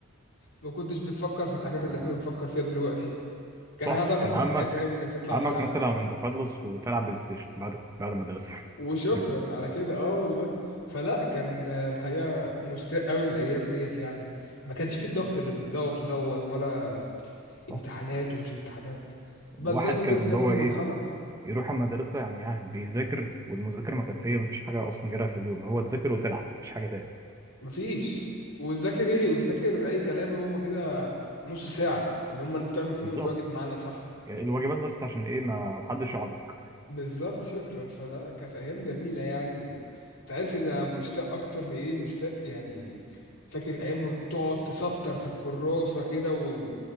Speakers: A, on the left; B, on the right.
A: ما كنتش بتفكر في الحاجات اللي
B: ده
A: احنا بنفكر فيها دلوقتي كان
B: صح
A: هدفك
B: كان
A: في
B: عمك
A: الحقيقة فاهم انك تطلع
B: عمك
A: تلعب
B: مثلا من تخلص وتلعب بلاي ستيشن بعد بعد المدرسة
A: وشكرا
B: <laughs>
A: على كده اه والله فلا كان آه، الحقيقة مستاء قوي الايام ديت يعني ما كانش فيه الضغط اللي بنضغط ودوت ولا امتحانات
B: صح.
A: ومش امتحانات بس
B: الواحد
A: زي ما
B: كان
A: تقول كده
B: اللي
A: كل
B: هو
A: مرحلة
B: ايه يروح المدرسة يعني ها بيذاكر والمذاكرة ما كانت هي مفيش حاجة أصلا غيرها في اليوم هو تذاكر وتلعب مفيش حاجة تاني
A: مفيش وتذاكر ايه وتذاكر اي كلام هما كده نص ساعة اللي هما اللي بتعمل فيهم
B: بالظبط
A: الواجب معانا صح
B: يعني الواجبات بس عشان ايه ما حدش يعضك
A: بالظبط شكرا فلا كانت ايام جميله يعني و... انت عارف ان انا مشتاق اكتر لايه مشتاق يعني فاكر ايام ما تقعد تسطر في الكراسه كده و...